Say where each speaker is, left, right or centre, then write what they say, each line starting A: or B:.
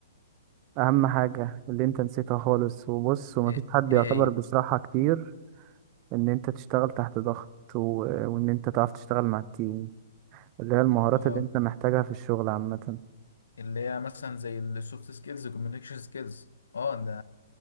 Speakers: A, on the right; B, on the left.
A: اهم حاجه اللي انت نسيتها خالص وبص ومفيش
B: ايه
A: حد
B: إيه
A: يعتبر
B: هي
A: بيشرحها كتير ان انت تشتغل تحت ضغط و- وان انت تعرف تشتغل مع التيم اللي هي المهارات
B: اه
A: اللي انت محتاجها في الشغل عامه
B: اللي هي مثلا زي السوفت سكيلز والكوميونيكيشن سكيلز اه ده